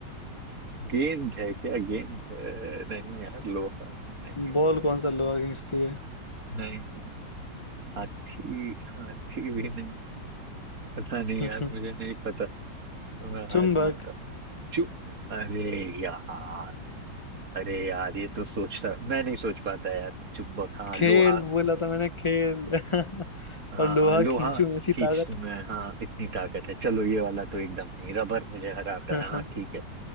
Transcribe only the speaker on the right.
गेंद है क्या गेंद है नहीं यार लोहा नहीं है
नहीं नहीं हाथी हाथी भी नहीं पता नहीं
यार मुझे नहीं पता तो मैं
हार मानता चू अरे यार अरे यार ये तो सोचता मैं नहीं सोच पाता यार चुंबक हाँ
लोहा
हाँ
हाँ लोहा
खींच
तुम्हें हाँ इतनी ताकत है चलो ये वाला तो एकदम नहीं रबर मुझे हराता
है हाँ ठीक है